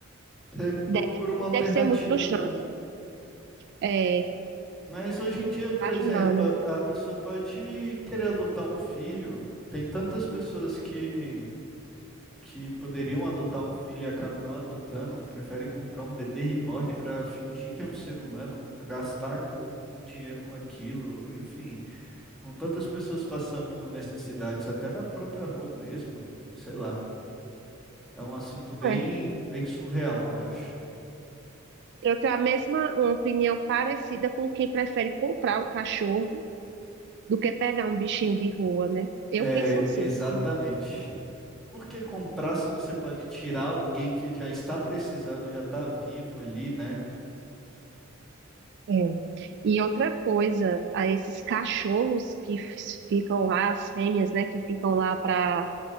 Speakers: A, in the centre; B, on the right.
A: Você
B: De-
A: procura uma alternativa,
B: Deve ser muito frustrante.
A: né?
B: É,
A: Mas hoje em dia, por
B: imaginando.
A: exemplo, a, a pessoa pode querer adotar um filho. Tem tantas pessoas que, que poderiam adotar um filho e acabam não adotando, prefere comprar um bebê reborn para fingir que é um ser humano, gastar com, com dinheiro com aquilo, enfim. Com tantas pessoas passando necessidades, até na própria rua mesmo, sei lá. É um assunto bem,
B: É.
A: bem surreal, eu acho.
B: Eu tenho a mesma uma opinião parecida com quem prefere comprar o cachorro do que pegar um bichinho de rua, né? Eu
A: É,
B: penso assim.
A: exatamente.
B: que-
A: Porque comprar se você pode tirar alguém que já está precisando, já está vivo ali, né?
B: É. E outra coisa, a esses cachorros que f- ficam lá, as fêmeas, né, que ficam lá para